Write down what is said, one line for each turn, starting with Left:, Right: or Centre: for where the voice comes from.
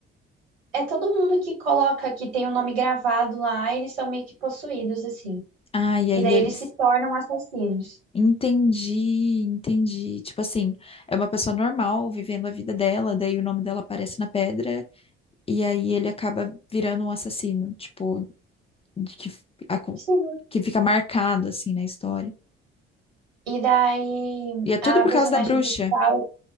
Right: É todo mundo que coloca que tem o nome gravado lá, eles são meio que possuídos, assim.
Left: Ah, e aí
Right: E daí
Left: eles.
Right: eles se tornam assassinos.
Left: Entendi, entendi. Tipo assim, é uma pessoa normal vivendo a vida dela, daí o nome dela aparece na pedra, e aí ele acaba virando um assassino, tipo, de que, f- a co-
Right: Sim.
Left: que fica marcado, assim, na história.
Right: E daí
Left: E é tudo
Right: a
Left: por
Right: personagem
Left: causa da bruxa.
Right: principal,